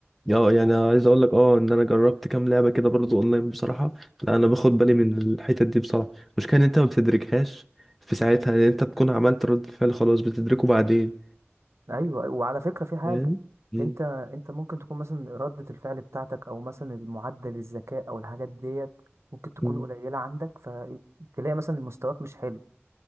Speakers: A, in the centre; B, on the right.
A: اه يعني عايز اقول لك اه ان انا جربت كام لعبه كده برضو اونلاين بصراحه لا انا باخد بالي من الحتت دي بصراحه المشكله ان انت ما بتدركهاش في ساعتها يعني انت بتكون عملت رد الفعل خلاص بتدركه بعدين
B: ايوه أيوة. وعلى فكره في حاجه
A: فاهم مم.
B: انت انت ممكن تكون مثلا ردة الفعل بتاعتك او مثلا المعدل الذكاء او الحاجات ديت ممكن تكون
A: مم.
B: قليله عندك فتلاقي مثلا مستواك مش حلو